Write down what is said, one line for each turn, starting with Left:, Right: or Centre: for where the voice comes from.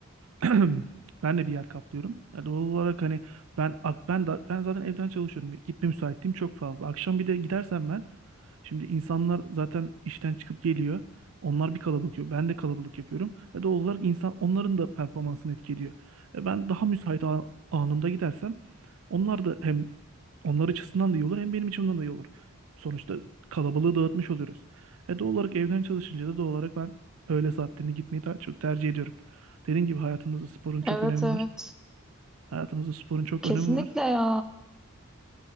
Right: <clears throat> Ben de bir yer kaplıyorum. Yani doğal olarak hani ben ak- ben da, ben zaten evden çalışıyorum. Gitme müsaitliğim çok fazla. Akşam bir de gidersem ben şimdi insanlar zaten işten çıkıp geliyor. Onlar bir kalabalık yapıyor. Ben de kalabalık yapıyorum. E doğal olarak insan onların da performansını etkiliyor. E ben daha müsait an- anımda gidersem onlar da hem onlar açısından da iyi olur hem benim açımdan da iyi olur. Sonuçta kalabalığı dağıtmış oluyoruz. E doğal olarak evden çalışınca da doğal olarak ben öğle saatlerine gitmeyi daha çok tercih ediyorum. Dediğim gibi hayatımızda sporun çok
Centre: Evet
Right: önemi
Centre: evet.
Right: var. Hayatımızda sporun çok
Centre: Kesinlikle
Right: önemi var.
Centre: ya.